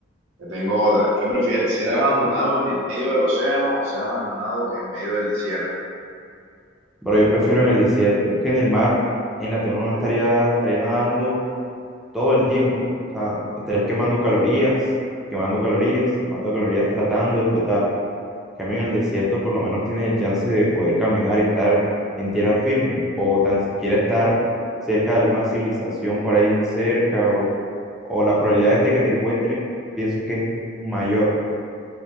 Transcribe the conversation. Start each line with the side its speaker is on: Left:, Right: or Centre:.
Right: te tengo otra. ¿Qué prefieres? ¿Ser abandonado en el medio del océano o ser abandonado en medio del desierto?
Centre: Pero yo prefiero en el desierto. Es que en el mar, imagínate, uno no estaría, estaría nadando todo el tiempo. O sea, estarías quemando calorías, quemando calorías, quemando calorías tratando de flotar. cambio, en el desierto por lo menos tienes el chance de poder caminar y estar en tierra firme o tan siquiera estar cerca de alguna civilización por ahí cerca o, o la probabilidad de que te encuentren, pienso que es mayor.